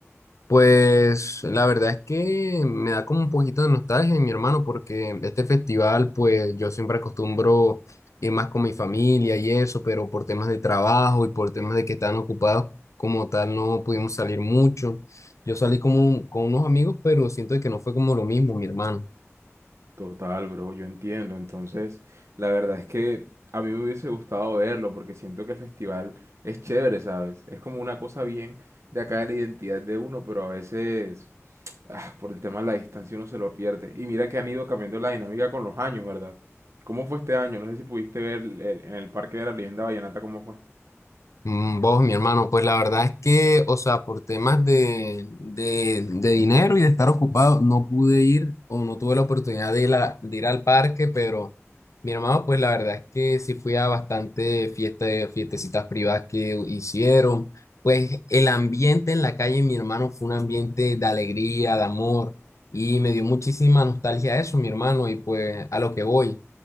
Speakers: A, on the left; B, on the right.
A: Pues la verdad es que me da como un poquito de nostalgia, mi hermano, porque este festival, pues yo siempre acostumbro ir más con mi familia y eso, pero por temas de trabajo y por temas de que están ocupados como tal, no pudimos salir mucho. Yo salí como un- con unos amigos, pero siento que no fue como lo mismo, mi hermano.
B: Total, bro, yo entiendo. Entonces, la verdad es que a mí me hubiese gustado verlo porque siento que el festival es chévere, ¿sabes? Es como una cosa bien de acá de la identidad de uno, pero a veces, ah, por el tema de la distancia uno se lo pierde. Y mira que han ido cambiando la dinámica con los años, ¿verdad? ¿Cómo fue este año? No sé si pudiste ver el- el- en el Parque de la Leyenda Vallenata cómo fue.
A: Mm, Vos, mi hermano, pues la verdad es que, o sea, por temas de, de, de dinero y de estar ocupado, no pude ir o no tuve la oportunidad de ir, a- de ir al parque, pero mi hermano, pues la verdad es que sí fui a bastante fiesta fiestecitas privadas que hicieron. Pues el ambiente en la calle, mi hermano, fue un ambiente de alegría, de amor, y me dio muchísima nostalgia eso, mi hermano, y pues a lo que voy.